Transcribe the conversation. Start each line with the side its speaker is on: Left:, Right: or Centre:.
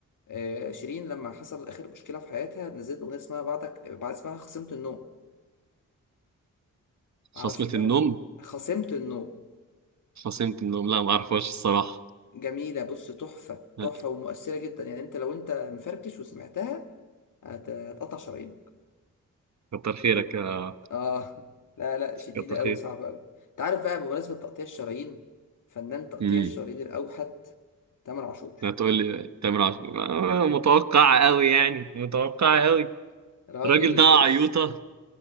Left: آه شيرين لما حصل اخر مشكله في حياتها نزلت اغنيه اسمها بعدك بعد اسمها خصمت النوم معرفش
Right: خصمة
Left: انت
Right: النوم
Left: عارفها خصمت النوم
Right: خصمة النوم لا ما اعرفهاش الصراحه
Left: جميله بص تحفه
Right: لا
Left: تحفه ومؤثره جدا يعني انت لو انت مفركش وسمعتها هت- هتقطع شرايينك
Right: كتر خيرك
Left: بجد
Right: يا
Left: اه لا لا شديدة
Right: كتر خير
Left: أوي صعبة أوي أنت عارف بقى بمناسبة تقطيع الشرايين فنان تقطيع
Right: امم
Left: الشرايين الأوحد تامر عاشور
Right: لا تقول لي تامر عاشور آه، متوقعه قوي يعني متوقعه قوي
Left: راجل
Right: الراجل ده عيوطه
Left: بص